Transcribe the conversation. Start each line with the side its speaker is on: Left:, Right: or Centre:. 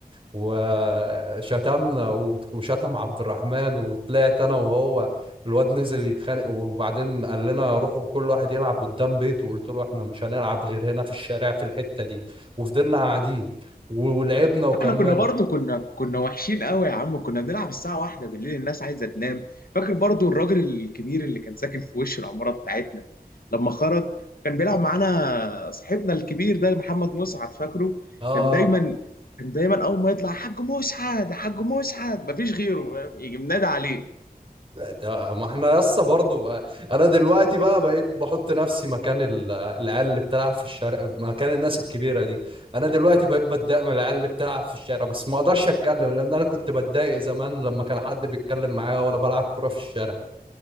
Right: وشتمنا وت- وشتم عبد الرحمن وطلعت انا وهو الواد نزل يتخانق وبعدين قال لنا روحوا كل واحد يلعب قدام بيته وقلت له احنا مش هنلعب غير هنا في الشارع في الحته دي وفضلنا قاعدين ولعبنا وكملنا
Left: احنا كنا برضو كنا كنا وحشين قوي يا عم كنا بنلعب الساعة واحدة بالليل الناس عايزة تنام فاكر برضو الراجل الكبير اللي كان ساكن في وش العمارة بتاعتنا لما خرج كان بيلعب معانا صاحبنا الكبير ده محمد مسعد فاكره
Right: اه
Left: كان دايما كان دايما اول ما يطلع حاج مسعد حاج مسعد مفيش غيره فاهم يجي منادى عليه
Right: ده- ما احنا يسا برضو بقى. انا دلوقتي بقى بقيت بحط نفسي مكان ال- العيال اللي بتلعب في الشارع مكان الناس الكبيره دي انا دلوقتي بقيت بتضايق من العيال اللي بتلعب في الشارع بس ما اقدرش اتكلم لان انا كنت بتضايق زمان لما كان حد بيتكلم معايا وانا بلعب كرة في الشارع